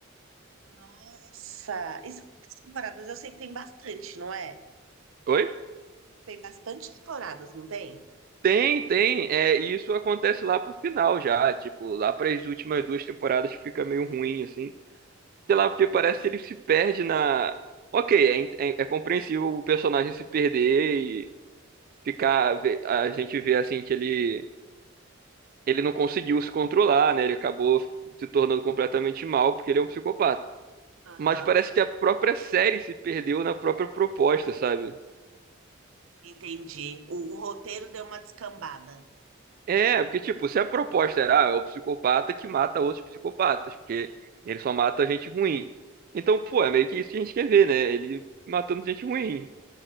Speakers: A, on the right (about 75°); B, on the right (about 45°).
A: Nossa, e são quantas temporadas? Eu sei que tem bastante, não é?
B: Oi?
A: Tem bastante temporadas, não tem?
B: Tem, tem. É, e isso acontece lá pro final já. Tipo, lá para as últimas duas temporadas que fica meio ruim, assim. Sei lá, porque parece que ele se perde na. Ok, é, in- é, é compreensível o personagem se perder e ficar. ve- A gente vê assim que ele. Ele não conseguiu se controlar, né? Ele acabou se tornando completamente mal porque ele é um psicopata.
A: Aham,
B: Mas parece que a própria série se perdeu na própria proposta, sabe?
A: entendi. O, o roteiro deu uma descambada.
B: É, porque, tipo, se a proposta era, ah, é o psicopata que mata outros psicopatas, porque ele só mata gente ruim. Então, pô, é meio que isso que a gente quer ver, né? Ele matando gente ruim.